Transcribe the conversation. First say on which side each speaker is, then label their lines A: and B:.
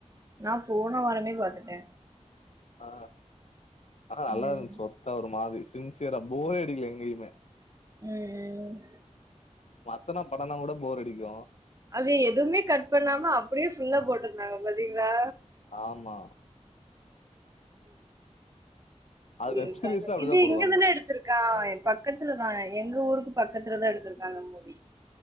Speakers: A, on the right; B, on the left.
A: நா போன வாரமே பாத்துட்டே
B: ஆ ஆனா நல்லா
A: ம்
B: இருந்துச்சு சொத்தா ஒரு மாரி சின்சியரா போரே அடிக்கல எங்கயுமே
A: ம் ம்
B: மத்தனா படனா கூட போர் அடிக்கு
A: அது எதுமே கட் பண்ணாம அப்டியே ஃபுல்லா போட்ருந்தாங்க பாத்தீங்களா
B: ஆமா அது
A: இது
B: வெப் சீரிஸ்ல
A: தாங்க
B: அப்டிதா
A: இல்ல
B: போடுவாங்க
A: இங்க தானே எடுத்துருக் கா எ பக்கத்துலதா எங்க ஊருக்கு பக்கத்துலதா எடுத்துருக்காங்க மூவி